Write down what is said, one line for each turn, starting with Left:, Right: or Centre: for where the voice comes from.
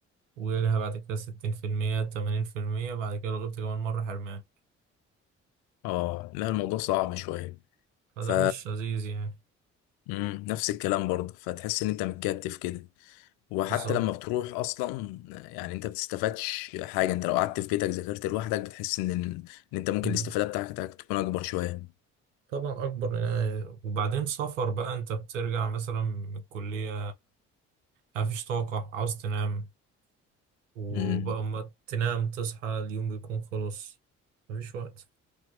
Right: ويلها بعد كده ستين في المية تمانين في المية بعد كده لو غبت كمان مرة حرمان
Left: اه لا الموضوع صعب شوية
Right: فده
Left: ف
Right: مش لذيذ يعني
Left: مم. نفس الكلام برضه فتحس ان انت متكتف كده وحتى
Right: بالظبط
Left: لما بتروح اصلا يعني انت بتستفادش حاجة انت لو قعدت في بيتك ذاكرت لوحدك بتحس ان ان انت ممكن
Right: مم.
Left: الاستفادة بتاعتك تكون اكبر شوية
Right: طبعا أكبر يعني وبعدين سفر بقى أنت بترجع مثلا من الكلية مفيش طاقة عاوز تنام وبقى
Left: مم.
Right: ما تنام تصحى اليوم بيكون خلص مفيش وقت